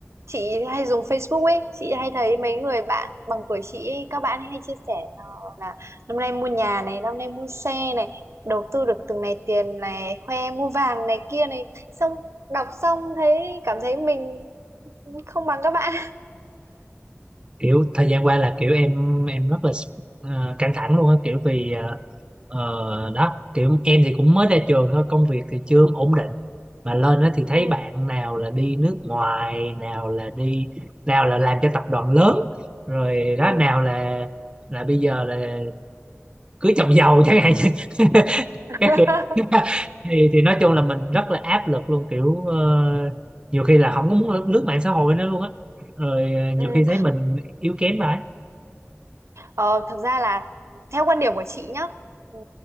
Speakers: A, on the right; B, on the right.
A: chị hay dùng Facebook ấy, chị hay thấy mấy người bạn bằng tuổi chị ấy, các bạn ấy hay chia sẻ là, là năm nay mua nhà này, năm nay mua xe này, đầu tư được từng này tiền này, khoe mua vàng này kia này, xong đọc xong thấy cảm thấy mình không bằng các bạn. <laughs>
B: kiểu thời gian qua là kiểu em em rất là ờ, căng thẳng luôn á kiểu vì ờ, ờ, đó kiểu em thì cũng mới ra trường thôi công việc thì chưa ổn định mà lên đó thì thấy
A: ừ
B: bạn nào là đi nước ngoài nào là đi nào là làm cho tập đoàn lớn rồi đó
A: ừ
B: nào là là bây giờ là cưới chồng giàu chẳng hạn <laughs>
A: <laughs>
B: các kiểu <laughs> thì thì nói chung là mình rất là áp lực luôn kiểu ờ, nhiều khi là không có muốn lướt, lướt mạng xã hội nữa luôn á rồi ờ,
A: ừ
B: nhiều khi thấy mình yếu kém vậy
A: Ờ, thực ra là theo quan điểm của chị nhá, ừm,